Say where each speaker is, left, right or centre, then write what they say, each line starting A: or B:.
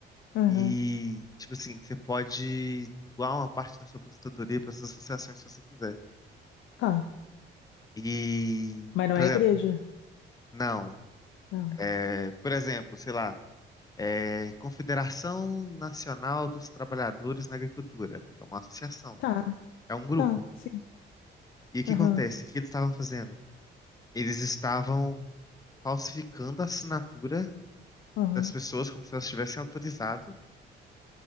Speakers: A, on the left (about 80°); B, on the left (about 20°).
A: Aham.
B: e, tipo assim, você pode doar uma parte da sua aposentadoria para essas associações se você quiser.
A: Tá.
B: E,
A: Mas não
B: por
A: é
B: exemplo,
A: igreja?
B: não.
A: Não.
B: É, por exemplo, sei lá, é, Confederação Nacional dos Trabalhadores na Agricultura. É uma associação,
A: Tá,
B: é um grupo.
A: tá, sim.
B: E o que
A: Aham,
B: acontece? O que eles estavam fazendo? Eles estavam falsificando a assinatura
A: aham.
B: das pessoas como se elas tivessem autorizado.